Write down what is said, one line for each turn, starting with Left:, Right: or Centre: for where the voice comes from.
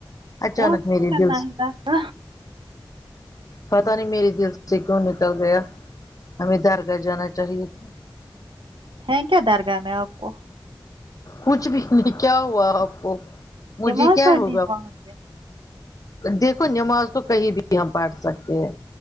Left: اچانک
Right: وہاں پہ کیا
Left: میرے
Right: کرنا
Left: دل سے
Right: ہے درگاہ
Left: پتا نہیں میری دل سے کیوں نکل گیا ہمیں درگاہ جانا چاہیے تھا
Right: ہے کیا درگاہ میں آپ کو
Left: کچھ بھی نہیں کیا ہوا آپ کو مجھے
Right: نماز
Left: کیا
Right: پڑھنی
Left: ہوگا
Right: ہے وہاں پہ
Left: دیکھو نماز تو کہیں بھی ہم پڑھ سکتے ہیں